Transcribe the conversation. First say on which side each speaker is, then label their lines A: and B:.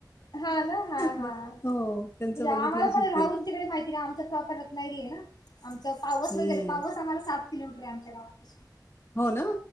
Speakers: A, on the left; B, on the left.
A: हा ना हा
B: ब-
A: हा.
B: हो त्यांचं
A: म्हणजे आम्हाला
B: बघितलंय सुकिर्त
A: पण राहून तिकडे माहिती नाहीे आमचा प्रॉपर. नाहीये ना आमच पावस
B: हम्म
A: वगैरे पावस आम्हाला सात किलोमीटर आहे आमच्या गावापासून.
B: हो ना